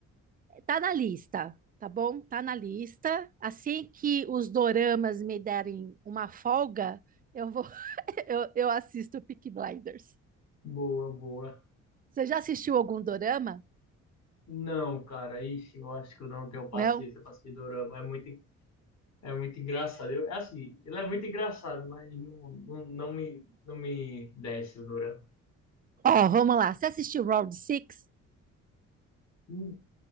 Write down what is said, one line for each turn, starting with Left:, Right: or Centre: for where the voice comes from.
Right: Tá na lista, tá bom? Tá na lista. Assim que os doramas me derem uma folga, eu vou, <laughs> eu, eu assisto Peaky Blinders.
Left: Boa, boa.
Right: Você já assistiu algum dorama?
Left: Não, cara, ixi, eu acho que eu não tenho paciência
Right: Não?
Left: para assistir dorama. É muito, é muito engraçado. Eu, é assim, ele é muito engraçado, mas não, não, não me, não me desce o dorama.
Right: Ó, vamos lá. Você assistiu Round Six?
Left: Hum,